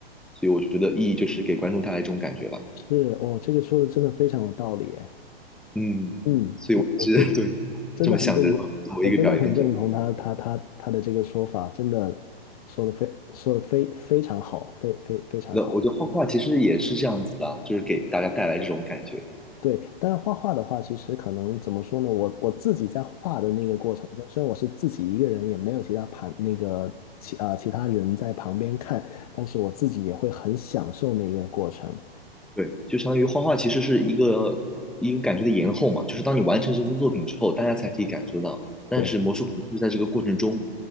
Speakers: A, in the centre; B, on the left.
A: 所以我觉得意义就是给观众带来这种感觉吧。
B: 是，哦，这个说的真的非常有道理耶，
A: 嗯，
B: 嗯，非我非
A: 是的，<laughs> 对，
B: 真的很认同，
A: 这么想着作为一个表演者，
B: 我真的很认同他他他他的这个说法，真的说的非说的非非常好，非非非常好。
A: 那我觉得画画其实也是这样子的啊就是给大家带来这种感觉。
B: 对，但是画画的话，其实可能怎么说呢？我我自己在画的那个过程中，虽然我是自己一个人，也没有其他旁那个其啊、其他人在旁边看，但是我自己也会很享受那个过程。
A: 对，就相当于画画其实是一个一个感觉的延后嘛，就是当你完成这幅作品之后，大家才可以感受到。但是魔术可能是在这个过程中
B: 对，